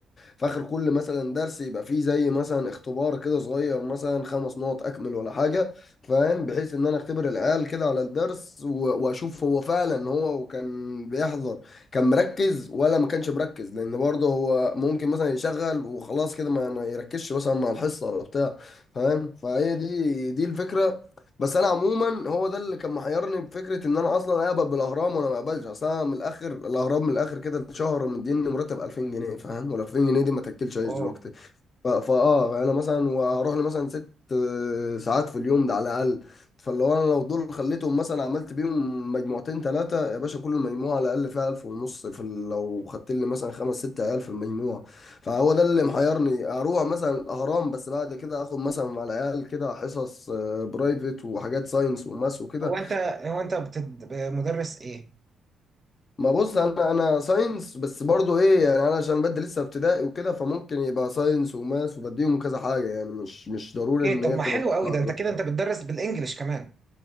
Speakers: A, on the left; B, on the right.
A: في اخر كل مثلا درس يبقى فيه زي مثلا اختبار كده صغير مثلا خمس نقط اكمل ولا حاجة فاهم بحيث ان انا اختبر العيال كده على الدرس و- واشوف هو فعلا هو كان بيحضر كان مركز ولا ما كانش مركز لان برضه هو ممكن مثلا يشغل وخلاص كده ما ما يركزش مثلا مع الحصة ولا بتاع فاهم فهي دي دي الفكره بس انا عموما هو ده اللي كان محيرني بفكره ان انا اصلا اقبل بالاهرام وانا ما اقبلش اصل انا من الاخر الاهرام من الاخر كده الشهر مديني مرتب 2000 جنيه فاهم ولا 2000 جنيه دي ما تاكلش عيش
B: اوه
A: دلوقتي ف- فاه انا مثلا وهروح لي مثلا ست آه، ساعات في اليوم ده على الاقل فلو انا لو دول خليتهم مثلا عملت بيهم مجموعتين ثلاثه يا باشا كل مجموعه على الاقل فيها 1000 ونص في ال- لو خدت لي مثلا خمس ست عيال في المجموعه فهو ده اللي محيرني اروح مثلا الاهرام بس بعد كده اخد مثلا مع العيال كده حصص آه، برايفت وحاجات ساينس وماس وكده
B: هو انت هو انت بتد... مدرس ايه
A: ما بص انا انا ساينس بس برضو ايه يعني انا عشان بدي لسه ابتدائي وكده فممكن يبقى ساينس وماس وبديهم كذا حاجه يعني مش مش ضروري
B: اوكي
A: ان
B: طب
A: هي
B: ما
A: بتبقى
B: حلو قوي
A: مادة
B: ده انت
A: واحدة.
B: كده انت بتدرس بالانجلش كمان